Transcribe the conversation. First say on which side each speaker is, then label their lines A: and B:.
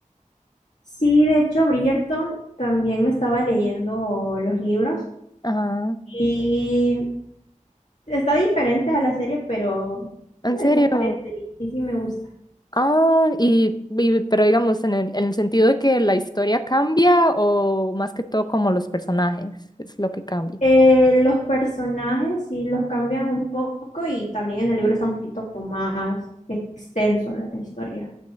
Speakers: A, on the left; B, on the left.
A: Sí, de hecho, Bridgerton también me estaba leyendo los libros.
B: Ajá.
A: Y Está diferente a la serie, pero
B: ¿En
A: eh,
B: serio?
A: se parece y, y sí me gusta.
B: Ah, y, y- pero digamos, en el, en el sentido de que la historia cambia o más que todo como los personajes es lo que cambia.
A: Eh, los personajes sí los cambian un poco y también en el libro está un poquito como más extenso la historia.